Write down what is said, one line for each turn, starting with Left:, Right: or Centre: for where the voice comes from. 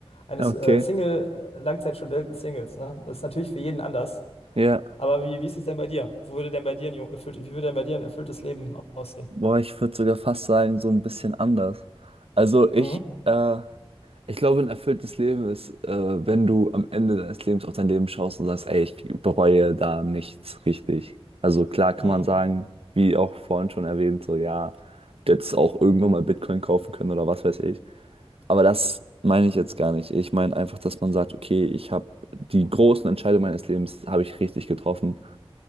Left: Eines
Right: Okay.
Left: äh, Single-Langzeitstudenten-Singles, ne? Das ist natürlich für jeden anders.
Right: ja.
Left: Aber wie, wie ist es denn bei dir? Wo würde denn bei dir ein jung- erfüllt, wie würde denn bei dir ein erfülltes Leben aussehen?
Right: Boah, ich würde sogar fast sagen, so ein bisschen anders. Also ich,
Left: Mhm.
Right: äh, ich glaube, ein erfülltes Leben ist, äh, wenn du am Ende deines Lebens auf dein Leben schaust und sagst, ey, ich bereue da nichts richtig. Also klar kann
Left: Mhm.
Right: man sagen, wie auch vorhin schon erwähnt, so ja, jetzt auch irgendwann mal Bitcoin kaufen können oder was weiß ich. Aber das meine ich jetzt gar nicht. Ich meine einfach, dass man sagt, okay, ich habe die großen Entscheidungen meines Lebens habe ich richtig getroffen.